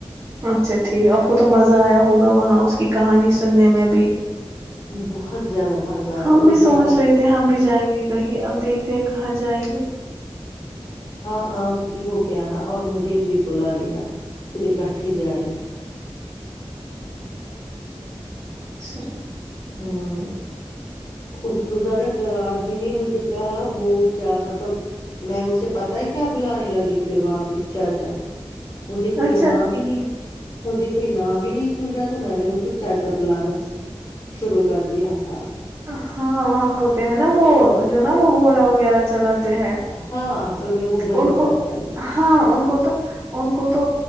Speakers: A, on the right; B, on the left.
A: اچھا ٹھیک آپ کو تو مزہ آیا ہوگا وہاں اس کی کہانی سننے میں بھی
B: بہت زیادہ مزہ آیا
A: ہم
B: وہ
A: بھی
B: بزرگ
A: سوچ رہے تھے ہم بھی جائیں گے کہیں اب دیکھتے ہیں کہاں ج جائیں گے
B: ہاں آپ بھی ہو کےناا اور مجھے بھی بلا لینا پھر اکٹھے جائیں گے
A: اچھا
B: ہوں اس بزرگ آدمی نے مجھے کہا وہ چا مطلب میں اسے پتا ہے کیا بلانے لگی پھر وہاں پہ چاچا مجھے کوئی
A: اچھا
B: نام ہی نہیں مجھے کوئی نام ہی نہیں سوجا تو میں نے اس کو چاچا بلانا شروع کر دیا تھا
A: ہاں وہاں ہوتے ہیں نا وہ جو نا وہ گھوڑا وغیرہ چلاتا ہیں
B: ہاں اصل میں وہ وہی
A: ان کو
B: تھا شاید
A: ہاں ان کو تو ان کو تو